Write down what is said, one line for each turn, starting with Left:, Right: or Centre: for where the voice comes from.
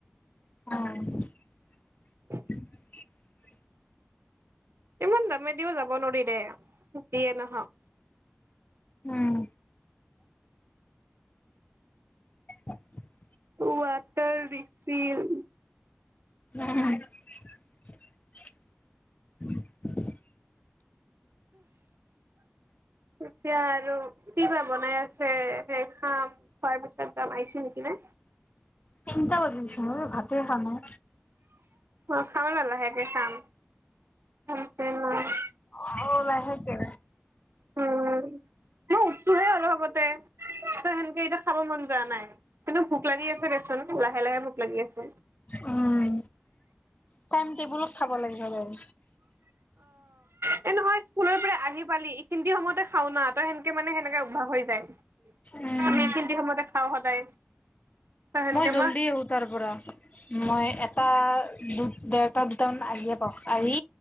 Left: অ'।
Right: <inaudible>
Left: হ <inaudible>
Right: ইমান দামি দিও যাব নোৱাৰি দে। যিয়ে নহওক।
Left: উম। <inaudible>
Right: কোৱা? তাৰ ৰিফিল।
Left: <unintelligible>
Right: এতিয়া আৰু কি বা বনাই আছে? যে সেই খাম খোৱাৰ পিছত আহিছোঁ নেকি নে?
Left: তিনটা বাজিল চোন অ' ভাতে খোৱা নাই।
Right: অ' খাম আৰু লাহেকে খাম। চক পেইন নাই
Left: অহ' লাহেকে
Right: উম, মই উঠছোহে অলপ আগতে সেনকে এতিয়া খাব মন যোৱা নাই। কিন্তু ভোক লাগি আছে দেচোন। লাহে লাহে ভোক লাগি আছে
Left: উম, টাইম টেবুলত খাব লাগে সদায়
Right: এই নহয় স্কুলৰ পৰা আহি পালি খিন্তি সময়তে খাওঁ না তই সেনেকে মানে সেনেকে অভ্যাস হৈ যায়।
Left: উম
Right: আমি খিন্তি সময়তে খাওঁ সদায়। ত সেনকে
Left: মই জল্দি আহোঁ তাৰ পৰা, মই এটা দুটা দেগ <unintelligible> আৰি